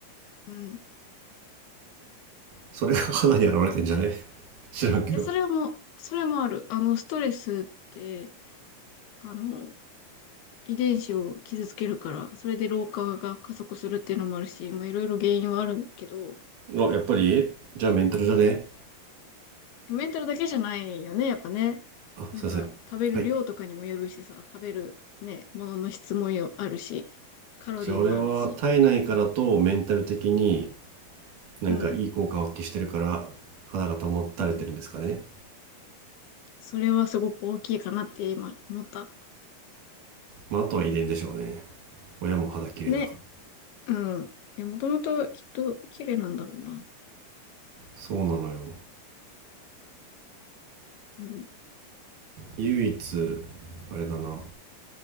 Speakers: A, on the left; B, on the right.
A: うん。
B: それが肌に現れてんじゃね
A: いや、い
B: <laughs> 知らんけど
A: やそれも、それもある。あの、ストレスって、あの、遺伝子を傷つけるから、それで老化が加速するっていうのもあるし、まあ、いろいろ原因はあるけど、
B: あやっぱりじゃあメンタルじゃね
A: メンタルだけじゃないよね、やっぱね。
B: あすいませんはい
A: なんか、食べる量とかにもよるしさ、食べるね、ものの質もよ、あるし、カロリーもあるし、
B: じゃあ俺は体内からとメンタル的になんかいい効果を発揮してるから肌が保たれてるんですかね
A: うん、うん。それはすごく大きいかなって今思った。
B: まああとは遺伝でしょうね親も肌綺麗だから
A: ね、うん。で、もともときっと綺麗なんだろうな。
B: そうなのよ
A: うん。
B: 唯一あれだな